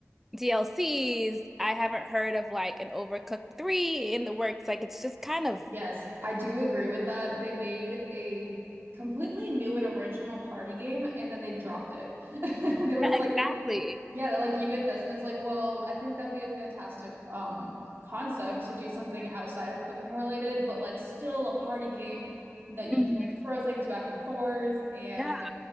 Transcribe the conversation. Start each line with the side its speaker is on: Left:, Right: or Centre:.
Centre: DLCs. I haven't heard of like an Overcooked 3 in the works. Like it's just kind of
Right: Yes, I do agree with that. They made a completely new and original party game and then they dropped it. <laughs> They were
Centre: Yeah,
Right: just like,
Centre: exactly.
Right: yeah, they're like, you get this. And it's like, well, I think that would be a fantastic um concept to do something outside of cooking related, but like still a party game that you
Centre: Mhm.
Right: can like throw things back and forth and
Centre: Yeah.